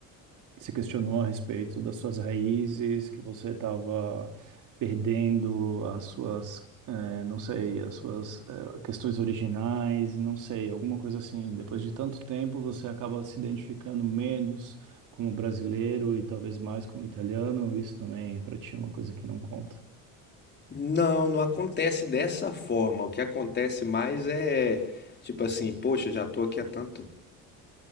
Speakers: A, on the right (about 60°); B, on the left (about 30°).
A: se questionou a respeito das suas raízes, que você estava perdendo as suas, eh, não sei, as suas, eh, questões originais, não sei, alguma coisa assim. Depois de tanto tempo, você acaba se identificando menos como brasileiro e talvez mais como italiano. Isso também para ti é uma coisa que não conta.
B: Não, não acontece dessa forma. O que acontece mais é tipo assim, poxa, já tô aqui há tanto